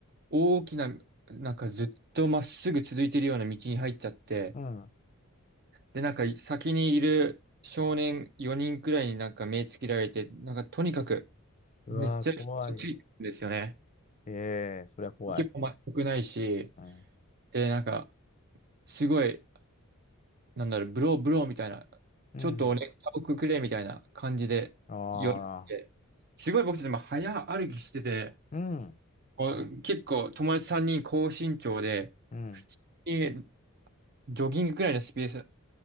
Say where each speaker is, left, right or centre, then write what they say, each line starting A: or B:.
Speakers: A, on the right; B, on the left.
A: 大きな、なんかずっとまっすぐ続いてるような道に入っちゃって、
B: うん。
A: で、なんか先にいる少年4人くらいになんか目つけられて、なんかとにかく
B: うわー、
A: めっちゃ人がついてるんですよね。
B: 怖い。ええそりゃ怖い。
A: 結構全くないし、
B: うん。
A: で、なんかすごい、なんだろう、ブローブローみたいな、
B: うん。
A: ちょっと俺、タバコくれみたいな感じで言われて、
B: ああ。
A: すごい僕たちも早歩きしてて、
B: うん。
A: お結構友達3人高身長で、
B: うん。
A: 普通にジョギングくらいのスペース、